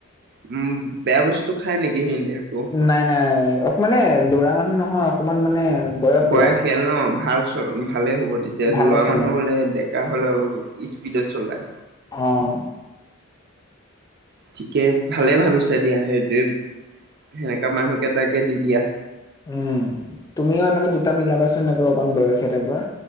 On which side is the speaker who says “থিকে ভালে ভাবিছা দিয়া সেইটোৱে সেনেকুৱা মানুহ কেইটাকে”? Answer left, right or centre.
Right